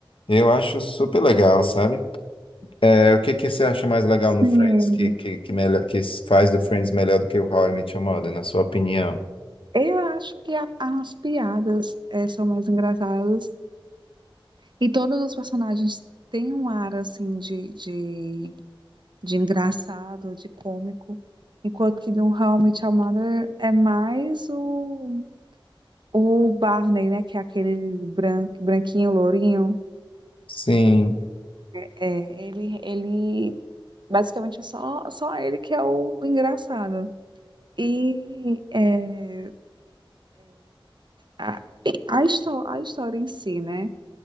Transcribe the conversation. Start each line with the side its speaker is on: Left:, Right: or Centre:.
Left: Eu acho super legal, sabe? É, o que que você acha mais legal
Right: sim.
Left: no Friends, que, que, que, melhor, que faz do Friends melhor do que o How I Met Your Mother, na sua opinião?
Right: Eu acho que a- as piadas eh, são mais engraçadas e todos os personagens têm um ar assim de, de, de engraçado, de cômico, enquanto que no How I Met Your Mother é mais o, o Barney, né, que é aquele branco, branquinho, lourinho.
Left: Sim,
Right: É, ele, ele basicamente é só, só ele que é o engraçado. E é, a, a, histó- a história em si, né?